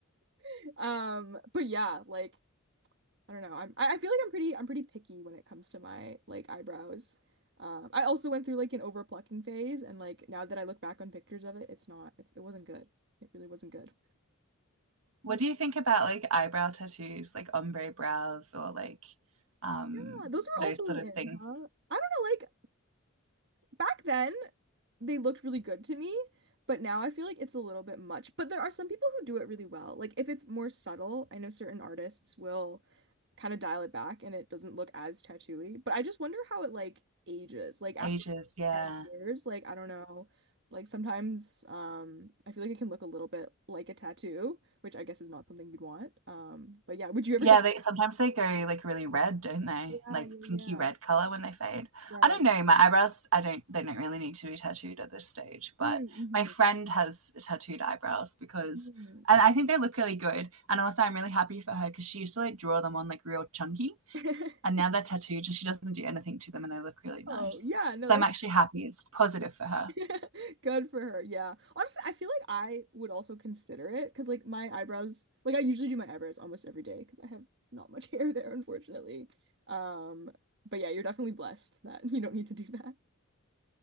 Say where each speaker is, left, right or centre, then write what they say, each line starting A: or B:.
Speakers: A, on the right; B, on the right.
A: <laughs> Um, but yeah, like I don't know. I'm I I feel like I'm pretty I'm pretty picky when it comes to my like eyebrows. Um, I also went through like an over plucking phase, and like now that I look back on pictures of it, it's not it's it wasn't good. It really wasn't good.
B: What
A: Mm.
B: do you think about like eyebrow tattoos, like ombre brows or like um,
A: Yeah, those were
B: those
A: also really
B: sort of
A: in,
B: things?
A: huh? I don't know, like back then they looked really good to me, but now I feel like it's a little bit much. But there are some people who do it really well. Like if it's more subtle, I know certain artists will kind of dial it back and it doesn't look as tattooy. But I just wonder how it like ages. Like after
B: Ages, yeah.
A: like 10 years, like I don't know. Like sometimes um I feel like it can look a little bit like a tattoo, which I guess is not something you'd want. Um but yeah, would you ever
B: Yeah,
A: get
B: they sometimes they go like really red, don't they?
A: Yeah,
B: Like
A: yeah,
B: pinky
A: yeah.
B: red color when they fade.
A: Right.
B: I don't know. My eyebrows, I don't. They don't really need to be tattooed at this stage. But
A: mm,
B: my friend has tattooed eyebrows because,
A: Mm-hmm.
B: and I think they look really good. And also, I'm really happy for her because she used to like draw them on like real chunky,
A: <laughs>
B: and now they're tattooed, and she doesn't do anything to them, and they look really nice.
A: Oh, yeah, no,
B: So
A: that's
B: I'm actually happy. It's positive for her.
A: <laughs> Good for her. Yeah. Honestly, I feel like I would also consider it because, like, my eyebrows, like, I usually do my eyebrows almost every day because I have not much <laughs> hair there, unfortunately. Um, but yeah, you're definitely blessed that <laughs> you don't need to do that.